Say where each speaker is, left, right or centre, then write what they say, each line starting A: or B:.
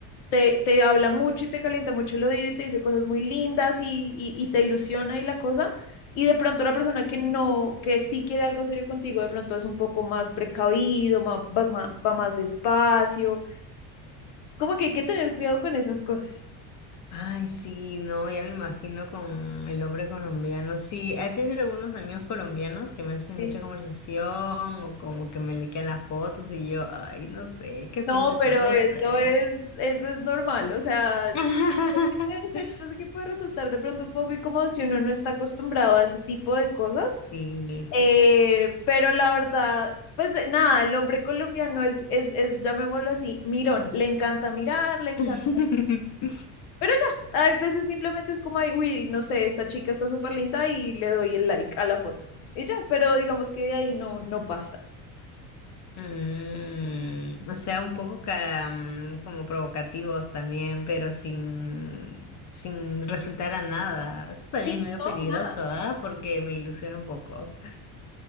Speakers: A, on the left; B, on the left.
A: te, te habla mucho y te calienta mucho el oído y te dice cosas muy lindas y, y, y te ilusiona y la cosa. Y de pronto la persona que no, que sí quiere algo serio contigo, de pronto es un poco más precavido, más, vas ma- va más despacio. Como que hay que tener cuidado con esas cosas.
B: Ay, sí, no, ya me imagino con el hombre colombiano. Sí, he tenido algunos amigos colombianos que me hacen
A: Sí.
B: mucha conversación o como que me le quedan las fotos y yo, ay, no sé, ¿qué estoy
A: No,
B: intentando
A: pero
B: hacer?
A: eso es, eso es normal, o sea,
B: <laughs>
A: Exacto, que puede resultar de pronto un poco incómodo si uno no está acostumbrado a ese tipo de cosas,
B: Sí.
A: eh, pero la verdad, pues eh, nada, el hombre colombiano es, es, es, llamémoslo así, mirón, le encanta mirar, le encanta,
B: <laughs>
A: pero ya, a veces simplemente es como, ay, uy, no sé, esta chica está súper linda y le doy el like a la foto, y ya, pero digamos que de ahí no, no pasa.
B: Mm, o sea, un poco ca- mm, como provocativos también, pero sin, sin resultar a nada. Eso también
A: Sí,
B: es medio
A: no,
B: peligroso,
A: nada.
B: ¿ah? Porque me ilusiona un poco.